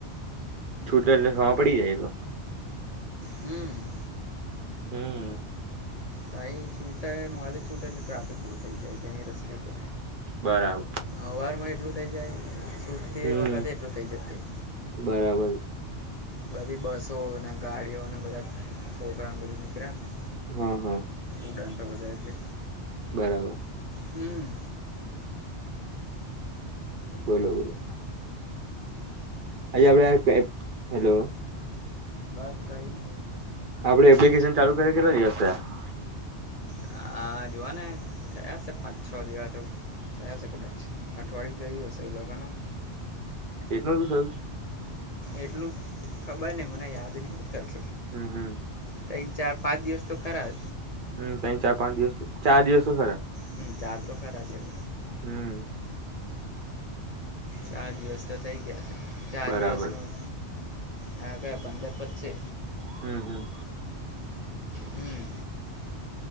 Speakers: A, on the right (about 50°); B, on the left (about 45°).
A: છુટા હ પડી જાય તો
B: હમ
A: હમ
B: ક છૂટાય વાજ જ છૂટે એટલે ટ્રાફિક ફુલથઈ જાય છે એરસ્તે તો
A: બરાબર
B: અવારમાં એટલું થઇ જાય તૂટતી
A: હમ
B: વખતે એટલું થઇ જતું.
A: બરાબર
B: બધી બસો, ને ગાડીઓને બધા, છોકરાને બધું નીકળે ને?
A: હા હા.
B: દંટ બધા એટલે.
A: બરાબર.
B: હમ્મ.
A: બોલો બોલો. આજે આ આપડે, હેલો.
B: બસ કઈ નહી.
A: આપડે એપ્લિકેશન ચાલુ કરી કેટલા દિવસ થ્યા?
B: હ, જોવા ને થયા હસે પાંચ છો દિવસો. થયા હસે કદાચ, અઠવાડિયુ થયું હશે એ લોકોના.
A: કેટલ શું થય
B: એટલું ખબર નહ મને યાદ નહ ઉતારત
A: હમ હમ
B: તન ચાર પાંચ દિવસ તો ખરા
A: હમ તં ચાર પાંચ દિવસ ચાર દિવસો ખરા
B: હમ ચાલ તો ખરા છે એટ
A: હમ
B: ચાર દિવસ તો થઇ ગયા છે ચાર
A: બરાબર
B: દિવસમાં હા કે પંદર પતસે.
A: હમ્મ હમ્મ.
B: હમ્મ.